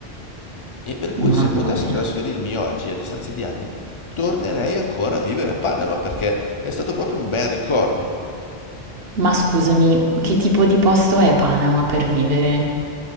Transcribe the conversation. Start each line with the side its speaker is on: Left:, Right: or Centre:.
Left: E per cui
Right: Mamma
Left: se potessi
Right: mia.
Left: trasferirmi oggi, a distanza di anni, tornerei ancora a vivere a Panama perché è stato proprio un bel ricordo.
Right: Ma scusami, che tipo di posto è Panama per vivere?